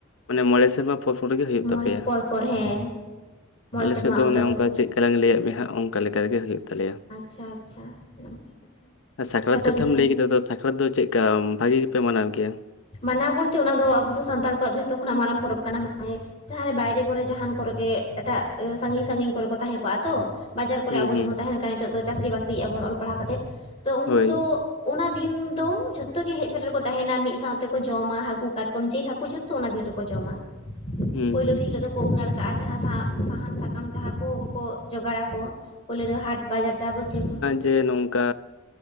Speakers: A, on the left (about 75°); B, on the left (about 30°).
A: ᱢᱟᱱᱮ ᱢᱚᱬᱮ ᱥᱮᱨᱢᱟ ᱯᱚᱨ ᱯᱚᱨ ᱜᱮ ᱦᱩᱭᱩᱜ
B: ᱢᱚᱬᱮ
A: ᱛᱟᱯᱮᱭᱟ᱾
B: ᱯᱚᱨ ᱯᱚᱨ ᱦᱮᱸ ᱢᱚᱬᱮ
A: ᱟᱞᱮ
B: ᱥᱮᱨᱢᱟ
A: ᱥᱮᱫ ᱫᱚ
B: ᱚᱱᱛᱚᱨ
A: ᱚᱱᱮ
B: ᱦᱩᱭᱩᱜᱼᱟ
A: ᱚᱱᱠᱟ ᱪᱮᱫᱠᱟ ᱞᱟᱝ ᱞᱟᱹᱭᱟᱫ ᱢᱮ ᱦᱟᱸᱜ ᱚᱱᱠᱟ ᱞᱮᱠᱟ ᱨᱮᱜᱮ ᱦᱩᱭᱩᱜ ᱛᱟᱞᱮᱭᱟ᱾
B: ᱟᱪᱪᱷᱟ ᱟᱪᱪᱷᱟ ᱱᱟᱯᱟᱭ ᱠᱟᱛᱷᱟ᱾
A: ᱥᱟᱠᱨᱟᱛ
B: ᱡᱚᱛᱚ
A: ᱠᱟᱛᱷᱟᱢ
B: ᱫᱤᱥᱚᱢ
A: ᱞᱟᱹᱭ ᱠᱮᱫᱟ ᱛᱚ ᱥᱟᱠᱨᱟᱛ ᱫᱚ ᱪᱮᱫᱠᱟ ᱵᱷᱟᱜᱤ ᱜᱮᱯᱮ ᱢᱟᱱᱟᱣ ᱜᱮᱭᱟ ᱾
B: ᱢᱟᱱᱟᱣ ᱵᱚᱞᱛᱮ ᱚᱱᱟ ᱫᱚ ᱟᱵᱚ ᱫᱚ ᱥᱟᱱᱛᱟᱲ ᱠᱚᱣᱟᱜ ᱡᱷᱚᱛᱚ ᱠᱷᱚᱱᱟᱜ ᱢᱟᱨᱟᱝ ᱯᱚᱨᱚᱵᱽ ᱠᱟᱱᱟ ᱢᱟᱱᱮ᱾ ᱡᱟᱦᱟᱸ ᱨᱮ ᱵᱟᱭᱨᱮ ᱠᱚᱨᱮ ᱡᱟᱦᱟᱱ ᱠᱚᱨᱮᱜ ᱜᱮ ᱮᱴᱟᱜ ᱥᱟᱺᱜᱤᱧ ᱥᱟᱺᱜᱤᱧ ᱠᱚᱨᱮ ᱠᱚ ᱛᱟᱦᱮᱸ ᱠᱚᱜ-ᱟ ᱛᱚ, ᱵᱟᱡᱟᱨ ᱠᱚᱨᱮ
A: ᱦᱩᱸ
B: ᱟᱵᱚ
A: ᱦᱩᱸ
B: ᱫᱚ ᱵᱚᱱ ᱛᱟᱦᱮᱸᱱ ᱠᱟᱱᱟ ᱱᱤᱛᱚᱜ ᱫᱚ ᱪᱟᱹᱠᱨᱤ ᱵᱟᱹᱠᱨᱤᱭᱮᱜ-ᱟ ᱵᱚᱱ ᱚᱞ ᱯᱟᱲᱦᱟᱣ ᱠᱟᱛᱮ᱾ ᱛᱚ ᱩᱱᱠᱩ
A: ᱦᱳᱭ
B: ᱫᱚ ᱚᱱᱟ ᱫᱤᱱ ᱫᱚ ᱡᱷᱚᱛᱚ ᱜᱮ ᱦᱮᱡ ᱥᱮᱴᱮᱨ ᱠᱚ ᱛᱟᱦᱮᱸᱱᱟ ᱢᱤᱫ ᱥᱟᱶ ᱛᱮ ᱠᱚ ᱡᱚᱢᱟ ᱦᱟᱠᱩ ᱠᱟᱴᱠᱚᱢ ᱡᱤᱞ ᱦᱟᱹᱠᱩ ᱡᱷᱚᱛᱚ ᱚᱱᱟ ᱫᱤᱱ ᱨᱮᱠᱚ ᱡᱚᱢᱟ᱾
A: ᱦᱩᱸ
B: ᱯᱳᱭᱞᱳ
A: ᱦᱩᱸ
B: ᱫᱤᱱ ᱦᱤᱞᱳ ᱫᱚ᱾ ᱠᱚ ᱩᱢ ᱱᱟᱲᱠᱟᱜ-ᱟ ᱡᱟᱦᱟᱸ ᱥᱟ ᱥᱟᱦᱟᱱ ᱥᱟᱠᱟᱢ ᱡᱟᱦᱟᱸ ᱠᱚ ᱠᱚ ᱡᱚᱜᱟᱲ ᱟᱠᱟᱣᱟ ᱾ ᱯᱟᱹᱭᱞᱟᱹ ᱫᱚ ᱦᱟᱴ ᱵᱟᱡᱟᱨ ᱡᱟᱵᱚᱛᱤᱭᱟᱹ ᱠᱚ᱾
A: ᱛᱮ ᱱᱚᱝᱠᱟ᱾